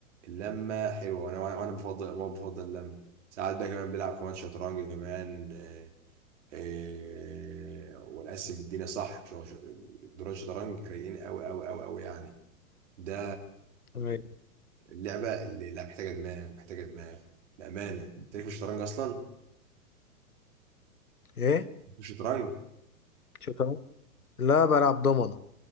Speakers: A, on the right (about 55°); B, on the left (about 80°).
A: اللمه حلوه وانا وانا وأنا بفضل ما بفضل اللمه ساعات بقى كمان بلعب كمان شطرنج كمان آه، آه، ونقسم الدنيا صح شو- شو- دوران شطرنج رايقين قوي قوي قوي قوي يعني ده
B: ايوه
A: اللعبه اللي لا محتاجه دماغ محتاجه دماغ بامانه انت ليك في الشطرنج اصلا
B: ايه
A: مش شطرنج
B: شكرا لا بلعب دومنة